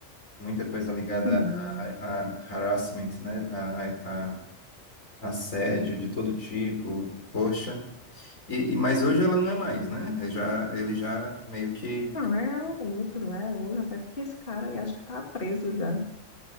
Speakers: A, on the left; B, on the left.
A: muita coisa ligada
B: sim,
A: a, a, a harassment, né, a, a a assédio de todo tipo, poxa. E, e- mas
B: sim.
A: hoje ela não é mais, né? Ele Já, ele já meio que.
B: Não, é outro, é outro, até porque esse cara aí acho que tá preso já.